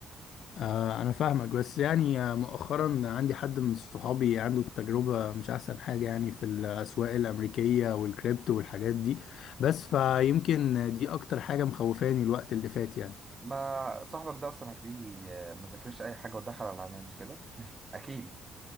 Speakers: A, on the left; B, on the right.
A: آه، انا فاهمك بس يعني آه، مؤخرا عندي حد من صحابي عنده تجربة مش احسن حاجة يعني في الأسواق الأمريكية والكريبتو والحاجات دي بس فيمكن دي اكتر حاجة مخوفاني الوقت اللي فات يعني
B: ما صاحبك ده اصلا هتلاقيه آه، ما ذاكرش اي حاجه ودخل على العناية مش كده اكيد